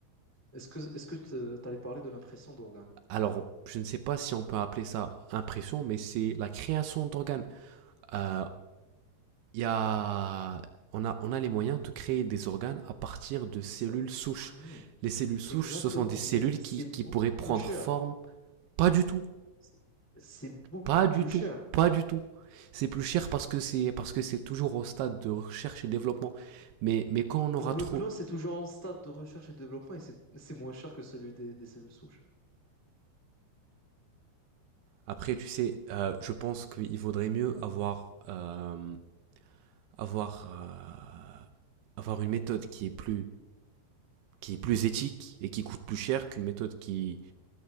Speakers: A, on the left; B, on the right.
A: Est-ce que, est-ce que te- t'allais parler de l'impression d'organe?
B: alors, je ne sais pas si on peut appeler ça impression, mais c'est la création d'organes. Euh, il y a, on a, on a les moyens de créer des organes à partir de cellules
A: Ça,
B: souches.
A: oui,
B: Les cellules souches,
A: exactement.
B: ce sont des cellules
A: Mais c'est
B: qui,
A: beaucoup
B: qui pourraient prendre
A: plus cher.
B: forme. Pas du tout,
A: C'est c'est beaucoup
B: pas du
A: plus
B: tout,
A: cher.
B: pas du tout. C'est plus cher parce que c'est parce que c'est toujours au stade de recherche et développement. Mais mais quand on aura
A: Pour
B: trop,
A: le clone, c'est toujours en stade de recherche et développement et c'est c'est moins cher que celui des, des cellules souches.
B: après tu sais, euh, je pense qu'il vaudrait mieux avoir euh, avoir euh, avoir une méthode qui est plus qui est plus éthique et qui coûte plus cher qu'une méthode qui